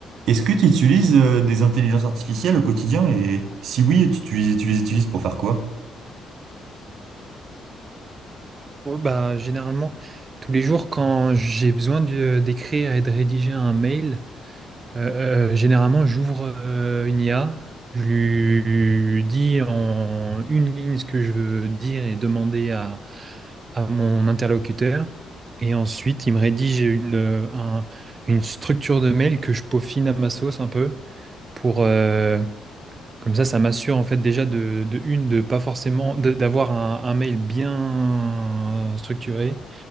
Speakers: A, on the right; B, on the right.
A: Est-ce que tu utilises euh, des intelligences artificielles au quotidien? Et si oui, tu, tu les tu les utilises pour faire quoi?
B: Ouais, bah, généralement, tous les jours, quand j'ai besoin de- euh, d'écrire et de rédiger un mail, euh, euh, généralement, j'ouvre euh, une IA, je lui dis en une ligne ce que je veux dire et demander à, à mon interlocuteur. Et ensuite, il me rédige une, euh, un- une structure de mail que je peaufine à ma sauce un peu pour... euh, comme ça, ça m'assure en fait déjà de, de une, de pas forcément, de- d'avoir un un mail bien structuré